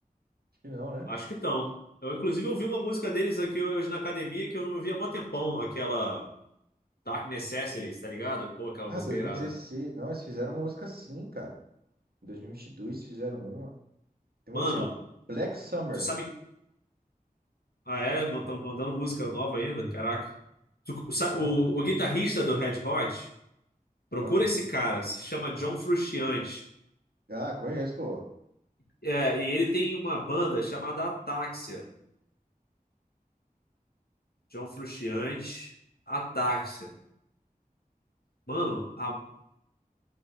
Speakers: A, on the right; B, on the left.
A: acho que não, né?
B: Acho que estão. Eu, inclusive, ouvi uma música deles aqui hoje na academia que eu não ouvia há mó tempão, aquela Dark Necessities, tá ligado? Pô, aquela
A: Ah,
B: música
A: 2016.
B: irada.
A: Não, eles fizeram uma música sim, cara. Em 2022 fizeram uma. Tem
B: Mano,
A: uma que chama Black Summer.
B: tu sabe Ah, é? Estão mandando música nova ainda? Caraca. Tu- sa-
A: Então,
B: o,
A: cara.
B: o guitarrista do Red Hot, procura
A: Ah,
B: esse cara, se chama John Frusciante.
A: ah, conheço, pô.
B: É, e ele tem uma banda chamada Ataxia. John Frusciante, Ataxia. Mano, a-